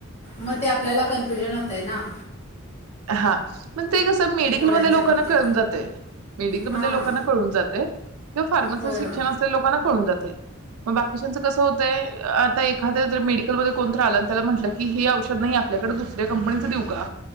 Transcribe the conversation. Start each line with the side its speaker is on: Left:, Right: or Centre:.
Left: मग ते आपल्याला कन्फ्युजन होतय ना.
Right: हा म ते कसं मेडिकलमधल्या
Left: गोळ्यांच्या
Right: लोकांना
Left: बाबतीत
Right: कळून जातंय. मेडिकलमधल्या
Left: हां
Right: लोकांना कळून जातंय. किवा फार्मसी
Left: होय
Right: चे शिक्षण
Left: होय
Right: असणाऱ्यांना लोकना कळून जात हे मग बाकीच्याच कस होतंय ताई आता एखाद्या जर मेडिकलमध्ये कोणतं आलं त्याला म्हटलं की हे औषध नाही आपल्याकडे दुसऱ्या कंपनीच देऊ का?